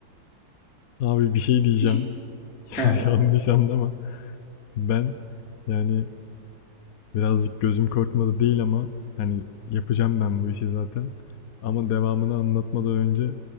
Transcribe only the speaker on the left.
Abi bir şey diyeceğim.
<laughs>
Yanlış anlama. Ben yani birazcık gözüm korkmadı değil ama hani yapacağım ben bu işi zaten. Ama devamını anlatmadan önce